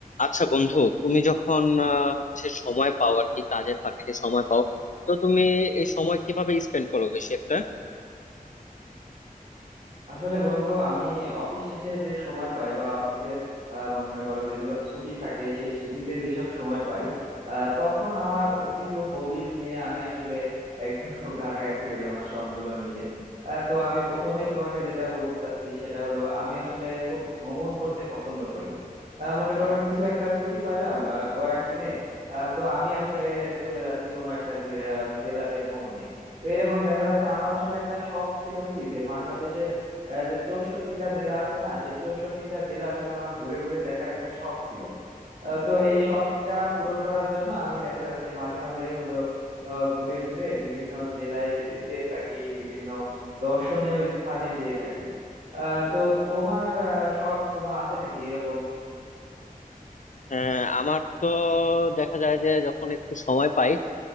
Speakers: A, on the left; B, on the right.
A: আচ্ছা বন্ধু তুমি যখন আহ, হচ্ছে সময় পাও আর কি কাজের ফাঁকে যে সময় পাও তো তুমি এই সময় কিভাবে স্পেন্ড করো বেশি একটা
B: আসলে বন্ধু আমি অফিস শেষে যে সময় পাই বা অফিসের আহ, মনে করো যেগুলো ছুটি থাকে সেই ছুটিতে যেসব সময় পাই আহ, তখন আমার ও কিছু হবিজ নিয়ে আমি আসলে একটু <laughs> ঘাটাঘাটি করি আমার শখ গুলো নিয়ে আহ, তো আমি প্রথমেই তোমাকে যেটা বলতে চাচ্ছি সেটা হলো আমি আসলে খুব ভ্রমণ করতে পছন্দ করি আহ, মনে করো কিছু একটা ছুটি পাইলাম আহ, কয়েকদিনের আহ, তো আমি আসলে চলে যাচ্ছি কোনো একটা জে- আহ, জেলাতে ভ্রমণে তো এরকম দেখা যাচ্ছে আমার আসলে একটা শখ ছিল কি যে আহ, যে চৌষট্টিটা জেলা আছে না সেই চৌষট্টিটা জেলা আসলে আমার ঘুরে ঘুরে দেখার একটা শখ ছিল আহ, তো এই শখটা পূরণ করার জন্য আমি দেখা যাচ্ছে মাঝে মাঝেই হলো আহ, ঘুরে ঘুরে বিভিন্ন জেলায় যেয়ে থাকি বিভিন্ন দর্শনীয় স্থানে যেয়ে থাকি আহ, তো তোমার আহ, শখ কোনো আছে নাকি এরকম
A: আহ, আমার তো দেখা যায় যে যখন একটু সময় পাই